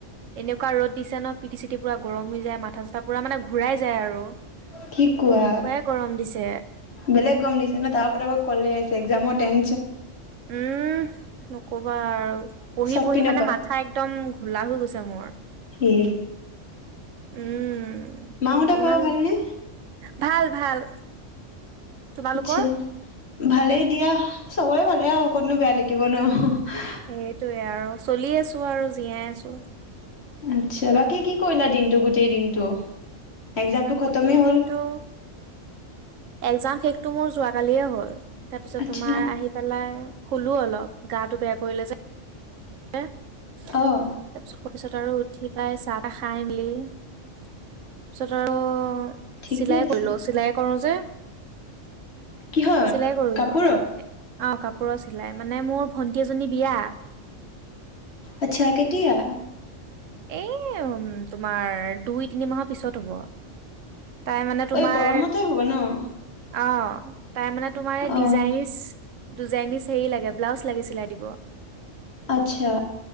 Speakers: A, on the right; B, on the left.
A: এনেকুৱা ৰ'দ দিছে ন পিটি চিটি পুৰা গৰম হৈ যায় মাথা চাথা পুৰা মানে ঘূৰাই যায় আৰু
B: কি কোৱা
A: এনেকুৱাই গৰম দিছে
B: বেলেগ গম দিছে ন তাহ ক তাব কলে আছে এক্জামত টেন
A: উম নকবা আৰু পঢ়ি
B: চব
A: পঢ়ি
B: পিনৰ
A: মানে
B: পৰা।
A: মাথা একদম ঘোলা হৈ গৈছে মোৰ
B: এ
A: উম
B: মাহঁত
A: ইমান
B: খব ভালনেে
A: ভাল ভাল তোমালোকৰ
B: আচ্ছা। ভালেই দিয়া সবৰে ভালে আৰু অকনো বেয়া থাকিব ন
A: সেইটোৱে আৰু চলি আছো আৰু জীয়াই আছো।
B: আচ্ছা বাকী কি কৰিলা দিনটো গোটেই দিনটো? এক্জামটো খতমেই
A: গোটেই
B: হ'ল।
A: দিনতটো একজাম শেষতটো মোৰ যোৱাকালিয়ে হ'ল তাৰ পিছত
B: আচ্ছা
A: তোমাৰ আহি পেলাই শুলো অলপ গাটো বেয়া কৰিলে যে তাৰপিছত
B: অঁ
A: তোৱাৰ পিছত আৰু উঠি পাই চাহ খাই মেলি তাৰ পিছত আৰু
B: ঠিকেই
A: চিলাই
B: আছে
A: কৰিলো চিলাই কৰো যে
B: কিহত
A: চিলাই কৰিলো
B: কাপোৰৰ?
A: অ', কাপোৰৰ চিলাই মানে মোৰ ভন্টি এজনী বিয়া।
B: আচ্ছা কেতিয়া?
A: এই উম, তোমাৰ দুই তিনি মাহৰ পিছত হ'ব। তাই মানে তোমাৰ
B: অই গৰমতে হ'ব ন'?
A: অ'। তাৰ মানে তোমাৰ এই
B: অঁ
A: ডিজাইনচ দুজাইনছ হেৰি লাগে ব্লাউজ লাগে চিলাই দিব।
B: আচ্ছা।